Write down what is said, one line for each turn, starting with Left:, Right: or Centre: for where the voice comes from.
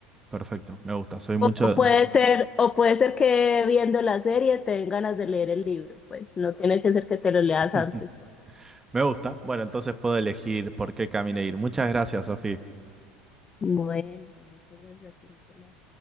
Right: Perfecto, me gusta, soy mucho...
Left: O puede ser, o puede ser que viendo la serie te den ganas de leer el libro, pues no tiene que ser que te lo leas
Right: <laughs>
Left: antes.
Right: Me gusta. Bueno, entonces puedo elegir por qué camino ir. Muchas gracias, Sofía.
Left: Bueno, muchas gracias a ti, Nicolás.